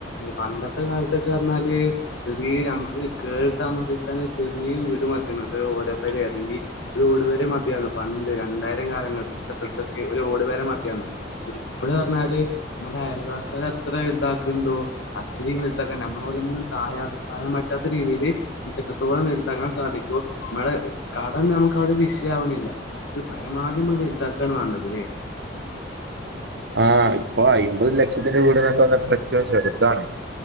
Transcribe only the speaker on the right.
<inaudible> ആഹ് ഇപ്പൊ അമ്പത് ലക്ഷത്തിന്റെ വീടന്ന് വന്നിട്ട് ഏറ്റവും ചെറുതാണ്